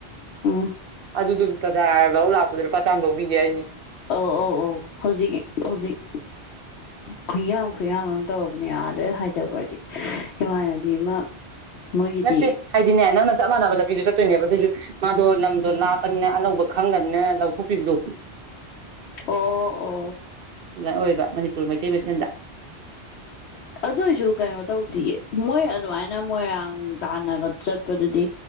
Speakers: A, on the left; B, on the right.
A: ꯑꯡ
B: ꯑꯗꯨꯗ‌ꯣ ꯇꯥꯗ ꯂꯧ ꯂꯥꯛꯄꯗ ꯂꯨꯄꯥ ꯆꯥꯝ ꯂꯧꯕꯤꯒꯤ ꯍꯥꯏꯁꯤꯅꯤ
A: ꯑꯧ ꯑꯧ ꯑꯧ ꯍꯧꯖꯤꯛ ꯍꯧꯖꯤꯛ ꯈꯨꯌꯥꯝ ꯈꯨꯌꯥꯝ ꯑꯃ ꯇꯧꯔꯕꯅꯦ ꯑꯗ ꯍꯥꯏꯊꯈ꯭ꯔꯗꯤ ꯏꯃꯥꯟꯅꯕꯤ ꯑꯃ ꯃꯣꯏꯒꯤꯗꯤ
B: ꯅꯠꯇ‌ꯦ ꯍꯥꯏꯗꯤ ꯅ‌ꯦ ꯅꯧꯅꯥ ꯆꯞ ꯃꯥꯟꯅꯅꯥ ꯂꯝꯕꯤꯗꯨ ꯆꯠ ꯆꯠꯇꯣꯏꯅꯦꯕ ꯑꯗ‌ꯣꯏꯁꯨ ꯃꯥꯗꯣ ꯂꯝꯗꯣ ꯂꯥꯞꯄꯅꯤꯅ ꯑꯅꯧꯕ ꯈꯪꯗꯅꯤꯅ ꯂꯧꯊꯣꯛꯄꯤꯕꯗꯣ
A: ꯑꯣ ꯑꯣ
B: ꯑꯗꯨꯃꯥꯏ ꯑꯣꯏꯕ ꯃꯅꯤꯄꯨꯔ ꯃꯩꯇꯩ ꯃꯁꯦꯟꯗ
A: ꯑꯗꯨꯏꯁꯨ ꯀꯩꯅꯣ ꯇꯧꯗ‌ꯦꯌꯦ ꯃꯣꯏ ꯑꯗꯨꯃꯥꯏꯅ ꯃꯣꯏꯔꯥꯡ ꯇꯥꯟꯅꯒ ꯆꯠꯄꯗꯨꯗꯤ